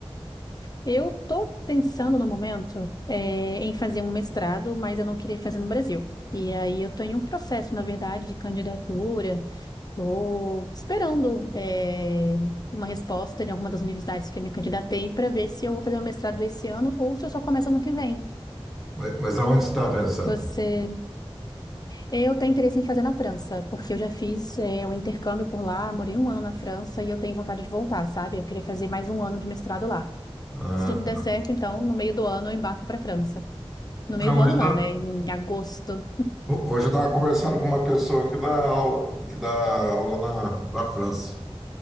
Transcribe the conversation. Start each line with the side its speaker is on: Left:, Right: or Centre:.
Left: Eu tô pensando no momento é, em fazer um mestrado, mas eu não queria fazer no Brasil. E aí eu tô em um processo, na verdade, de candidatura. Estou esperando é, uma resposta de alguma das universidades que eu me candidatei para ver se eu vou fazer meu mestrado esse ano ou se eu só começo ano que vem.
Centre: Mas, mas aonde você está pensando?
Left: Você, eu tenho interesse em fazer na França, porque eu já fiz é, um intercâmbio por lá, morei um ano na França e eu tenho vontade de voltar, sabe? Eu queria fazer mais um ano de mestrado lá.
Centre: Ah,
Left: Se tudo der certo, então no meio do ano eu embarco para a França. No meio
Centre: não,
Left: do ano
Centre: hoje,
Left: não,
Centre: eu
Left: né? Em agosto.
Centre: hoje eu estava conversando com uma pessoa que dá aula, que dá aula na, na França,